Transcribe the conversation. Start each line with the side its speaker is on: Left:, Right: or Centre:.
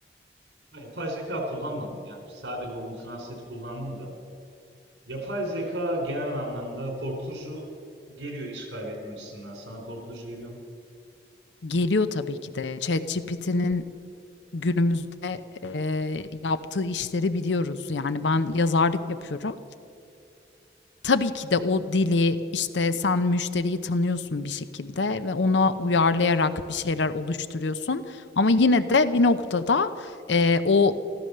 Right: Ha, yapay zeka kullanmadım ya. Sadece Google Translate kullandım da. Yapay zeka genel anlamda korkutucu geliyor iş kaybetme açısından. Sana korkutucu geliyor mu?
Left: Geliyor tabii ki de. ChatGPT'nin günümüzde, eee, yaptığı işleri biliyoruz. Yani ben yazarlık yapıyorum. Tabii ki de o dili, işte, sen müşteriyi tanıyorsun bir şekilde ve ona
Right: Hı hı.
Left: uyarlayarak bir şeyler oluşturuyorsun ama yine de bir noktada, eee, o